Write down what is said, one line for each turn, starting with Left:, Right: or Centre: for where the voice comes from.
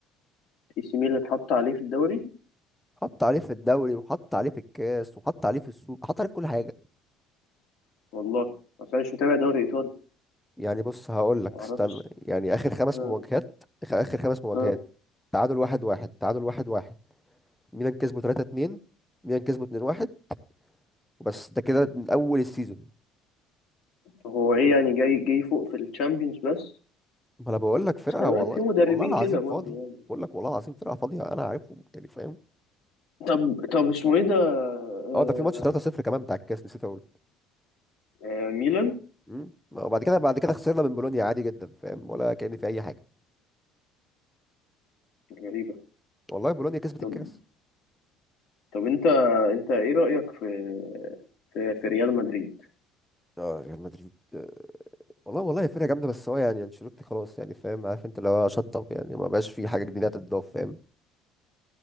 Left: اي سي ميلان حط عليه في الدوري
Centre: حط عليه في الدوري وحط عليه في الكاس وحط عليه في السوق حط عليه في كل حاجة
Left: والله اصل انا مش متابع دوري ايطالي
Centre: يعني بص هقول
Left: ما
Centre: لك استنى
Left: اعرفش
Centre: يعني آخر خمس
Left: آه،
Centre: مواجهات آخر آخر خمس مواجهات
Left: آه.
Centre: تعادل واحد واحد تعادل واحد واحد ميلان كسبوا 3 2 ميلان كسبوا 2 1 وبس ده كده من أول السيزون
Left: هو ايه يعني جاي جاي فوق في الشامبيونز بس
Centre: ما أنا بقول لك فرقة
Left: بس خلي
Centre: والله
Left: بالك في مدربين
Centre: والله العظيم
Left: كده برضو
Centre: فاضي
Left: يعني
Centre: بقول لك والله العظيم فرقة فاضية أنا عارفهم يعني فاهم
Left: طب طب اسمه ايه ده آه،
Centre: اه ده في ماتش 3 0 كمان بتاع الكاس نسيت اقول
Left: آه، ميلان
Centre: امم وبعد كده بعد كده خسرنا من بولونيا عادي جدا فاهم ولا كأن في اي حاجه
Left: غريبة
Centre: والله بولونيا كسبت
Left: طب
Centre: الكاس
Left: طب انت انت ايه رأيك في في, في ريال مدريد
Centre: اه ريال مدريد آه، والله والله فرقة جامدة بس هو يعني انشيلوتي خلاص يعني فاهم عارف انت اللي هو شطب يعني ما بقاش في حاجة جديدة تتضاف فاهم